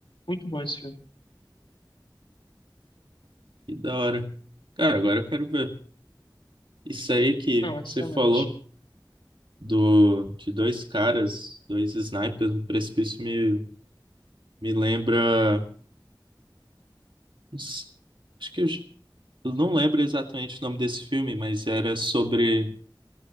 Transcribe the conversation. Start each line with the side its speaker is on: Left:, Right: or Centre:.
Left: Muito bom esse filme.
Right: Que da hora. Cara, agora eu quero ver. Isso aí que
Left: Não, excelente.
Right: você falou do, de dois caras, dois snipers no precipício me, me lembra. não s- Acho que eu, j- eu não lembro exatamente o nome desse filme, mas era sobre